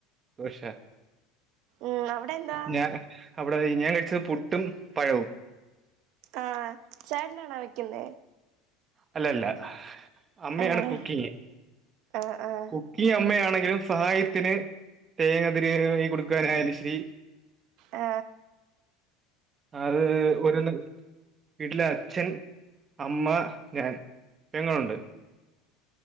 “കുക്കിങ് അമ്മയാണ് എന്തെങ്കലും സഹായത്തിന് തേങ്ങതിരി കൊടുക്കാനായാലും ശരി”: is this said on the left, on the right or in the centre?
Right